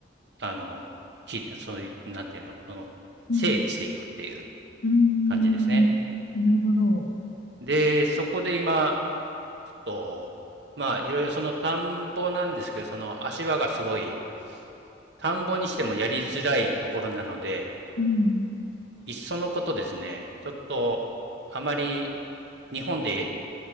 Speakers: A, on the right (about 70°); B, on the left (about 65°).
A: あの、きそういう、なんていうの、その、
B: うん、
A: 整備していくっていう
B: うーん
A: 感じですね。
B: なるほど。
A: で、そこで今、ちょっと、まあ、いろいろその田んぼなんですけど、その足場がすごい、田んぼにしてもやりづらいところなので、
B: うん。
A: いっそのことですね、ちょっと、あまり日本で